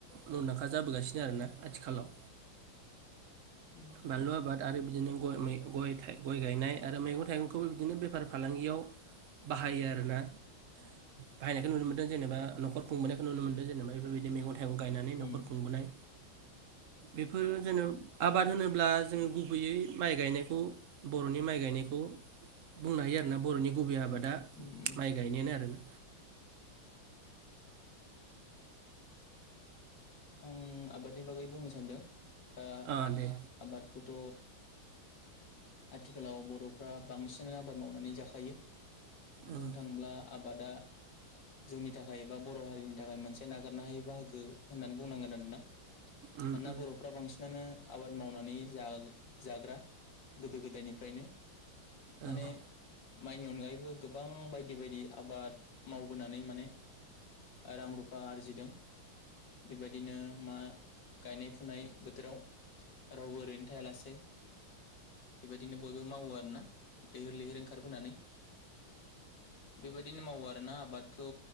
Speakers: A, on the right; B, on the left.
A: मुंदांखा जाबोगासिनो आरोना आथिखालाव।
B: उम
A: बानलु आबाद। आरो बिदिनो। गय मै गर गायनाय आरो मैगं थाइगंखौबो बिदिनो बेफार फालांगियाव बाहायो आरोना बाहायनायखौ नुनो मोनदों जेनेबा न'खर खुंबोनायखौ नुनो मोनदों जेनेबा बेफोरबायदि मैगं थाइगं। गायनानै न'खर
B: ओम।
A: खुंबोनाय बेफोर जेन' आबाद होनोब्ला जोङो गुबैयै। माइ गायनायखौ बर'नि माइ गायनायखौ बुंनो हायो आरोना बर'नि गुबै आबाद। दा
B: उम उम
A: माइ गायनायानो आरोना।
B: आं आबादनि बागै बुंनो सानदों। दा
A: अ दे
B: आबादखौ। थ आथिखालाव बर'फ्रा बांसिन। आबाद मावनानै जाखायो बुंनो
A: ओं
B: थाङोब्ला आबादा जोंनि थाखाय एबा बर' हारिनि थाखाय मोनसे नागारनो हायै बाहागो। होननानै बुंनांगोन आनोना
A: उम
B: मानोना
A: उम
B: बर'फ्रा बांसिनानो आबाद मावनानै जाग-जाग्रा गोदो गोदायनिफ्रायनो
A: औ
B: माने
A: रावबो
B: माइनि अनगायैबो गोबां बायदि बायदि आबाद मावबोनानै माने रां रुफा आरजिदों बेबादिनो मा गायनाय फुनाय बोथोराव रावबो ओरैनो थायालासे बेबादिनो बयबो मावो आरोना लैहोर लैहोर ओंखारबोनानै बेबाद नो मावो आरोना आबादखौ